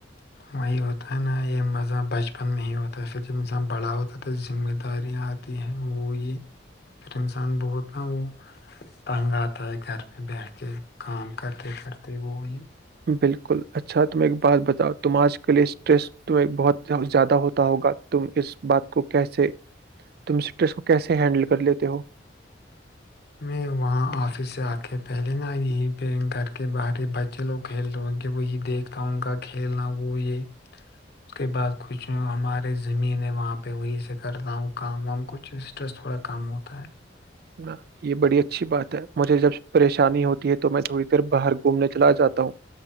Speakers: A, on the left; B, on the right.
A: وہی ہوتا ہے نا یہ مزہ بچپن میں ہی ہوتا ہے پھر جب انسان بڑا ہوتاتا ذمہ داریاں آتی ہے وہ یہ پھر انسان ب ہوتا ن وہ تنگ آتا ہے گھر پہ بیٹھ کے کام کرتے کرتے وہ یہ
B: بالکل اچھا تمہیں ایک بات بتاؤ تم آج کے لیے اسٹریس تمہ بہت زیادہ ہوتا ہوگا تم اس بات کو کیسے تم اسٹریس کو کیسے ہینڈل کر لیتے ہو
A: میں وہاں آفس سے آ کے پہلے نا یہیں پہ گھر کے باہر بچے لوگ کھیلتےوں کہ وہی دیکھتا ہوں کا کھیلنا وہ یہ اس کے بعد کچھ ہمارے زمین ہے وہاں پہ وہی سے کرتا ہوں کام کچھ اسٹریس تھوڑا کم ہوتا ہے
B: نہ یہ بڑی اچھی بات ہے مجھے جب پریشانی ہوتی ہے تو میں تھوڑی دیر باہر گھومنے چلا جاتا ہوں